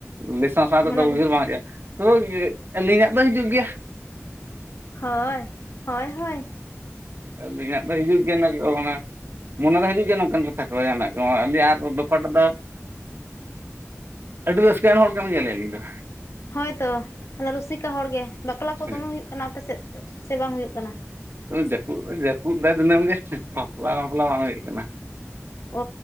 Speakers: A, on the right; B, on the left.
A: ᱞᱮ ᱥᱟᱶ ᱥᱟᱶ ᱛᱮᱫᱚ
B: ᱢᱚᱱᱮ ᱫᱚ
A: ᱩᱭᱦᱟᱹᱨ ᱵᱟᱝ ᱦᱮᱡᱩᱜᱼᱟ᱾ ᱦᱳᱭ ᱮ ᱟᱹᱞᱤᱧᱟᱜ ᱫᱚ ᱦᱤᱡᱩᱜ ᱜᱮᱭᱟ᱾
B: ᱦᱳᱭ ᱦᱳᱭ ᱦᱳᱭ
A: ᱟᱵᱤᱧᱟᱜ ᱫᱚ ᱦᱤᱡᱩᱜ ᱜᱮᱭᱟ ᱱᱚ ᱛᱚ ᱚᱱᱟ ᱢᱚᱱᱮᱨᱮ ᱦᱤᱡᱩᱜ ᱜᱮ ᱱᱚᱝᱠᱟᱱ ᱠᱟᱛᱷᱟ ᱠᱚ ᱡᱟᱦᱟᱱᱟᱜ ᱠᱚ ᱟᱹᱰᱤ ᱟ ᱫᱚᱯᱟᱴᱟ ᱫᱚ ᱟᱹᱰᱤ ᱨᱟᱹᱥᱠᱟᱹᱟᱱ ᱦᱚᱲ ᱠᱟᱱ ᱜᱮᱭᱟᱞᱤᱮ ᱟᱹᱞᱤᱧ ᱫᱚ᱾
B: ᱦᱳᱭ ᱛᱚ ᱛᱟᱦᱚᱞᱮ ᱨᱩᱥᱤᱠᱟ ᱦᱚᱲ ᱜᱮ ᱵᱟᱯᱞᱟ
A: ᱟᱹᱞᱤᱧ
B: ᱠᱚ ᱫᱚᱢᱮ ᱦᱩᱭᱩᱜ ᱠᱟᱱᱟ ᱟᱯᱮ ᱥᱮᱫ ᱥᱮ ᱵᱟᱝ ᱦᱩᱭᱩᱜ ᱠᱟᱱᱟ?
A: ᱡᱟᱹᱯᱩᱫ ᱨᱮ ᱡᱟᱹᱯᱩᱫ ᱫ ᱫᱤᱱᱟᱹᱢ ᱜᱮ ᱵᱟᱯᱞᱟ ᱢᱟᱯᱞᱟ ᱵᱟᱝ ᱦᱩᱭᱩᱜ ᱠᱟᱱᱟ?
B: ᱚ